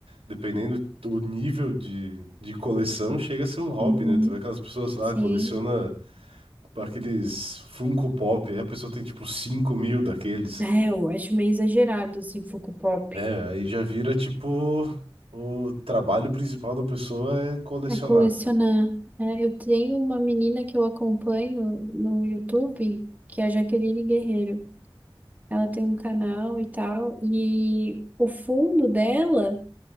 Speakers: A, on the right; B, on the right.
A: dependendo do nível de, de coleção, chega a ser um hobby,
B: Uhum.
A: né? Tu vê aquelas pessoas, ah,
B: Sim.
A: coleciona aqueles Funko Pop, aí a pessoa tem tipo cinco mil daqueles.
B: É, eu acho meio exagerado, assim, Funko Pop.
A: É, aí já vira tipo. O trabalho principal da pessoa é colecionar,
B: É colecionar.
A: sabe?
B: É, eu tenho uma menina que eu acompanho no YouTube, que é a Jaqueline Guerreiro. Ela tem um canal e tal, e o fundo dela